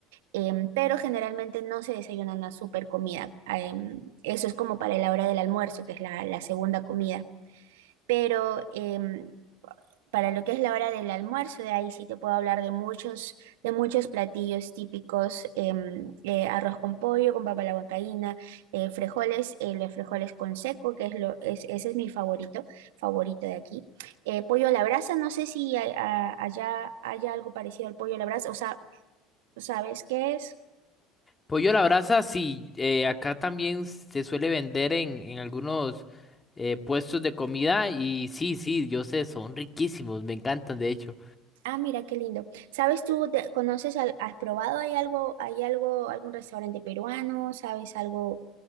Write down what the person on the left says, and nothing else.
Pollo a la brasa, sí, eh, acá también se suele vender en, en algunos eh, puestos de comida y sí, sí, yo sé, son riquísimos, me encantan de hecho.